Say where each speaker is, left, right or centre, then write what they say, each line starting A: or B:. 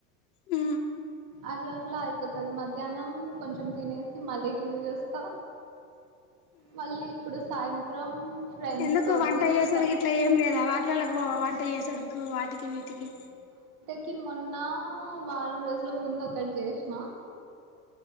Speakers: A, on the left (about 80°); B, on the right (about 45°).
A: ఉ
B: అట్లట్ల అయిపోతది మధ్యానం కొంచెం తినేసి మళ్ళీ టీవి చూస్తా మళ్ళీ ఇప్పుడు సాయంత్రం ఫ్రెండ్స్
A: ఎందుకు
B: తోటి
A: వంట యేసుడు
B: క
A: గిట్ల ఏం లేదా వాటిలలకి పోవ వంట యేసుడుకు వాటి వీటికి
B: కి మొన్న వారం రోజుల ముందు ఒకటి చేస్న